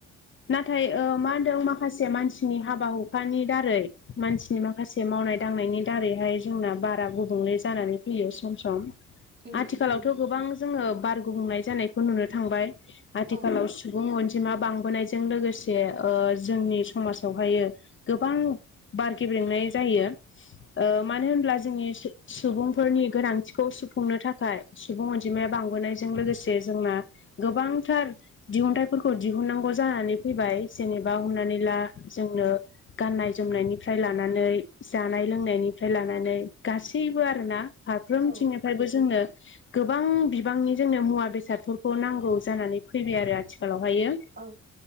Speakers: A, on the left; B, on the right.
A: नाथाय मा होनदों माखासे मानसिनि हाबा हुखानि दारै मानसिनि माखासे मावनाय दांनायनि दारैहाय जोंना बारा गुबुंले जानानै फैयो सम सम
B: उम
A: आथिखालावथ'
B: उम उम
A: गोबां जोङो बार गुबुंनाय जानायखौ नुनो थांबाय आथिखालाव
B: औ
A: सुबुं अनजि मा बांबोनायजों लोगोसे ओ जोंनि समाजावहायो गोबां बार गेब्रेंनाय जायो मानो ओ होनब्ला जोंनि सुबुंफोरनि गोनां थिखौ सुफुंनो थाखाय सुबुं अनजिमाया बांबोनाय जों लोगोसे जोंना गोबांथार दिहुनथाइफोरखौ दिहुननांगौ जानानै फैबाय जेने बा हमनानै ला जोंनो गाननाय जोमनायनिफ्राय लानानै जानाय लोंनायनिफ्राय लानानै गासैबो आरोना फारफ्रोमथिंनिफ्रायबो
B: औ
A: जोंनो गोबां बिबांनि जोंनो मुवा बेसादफोरखौ नांगौ जानानै फैबाय आरो आथि खालावहायो
B: औ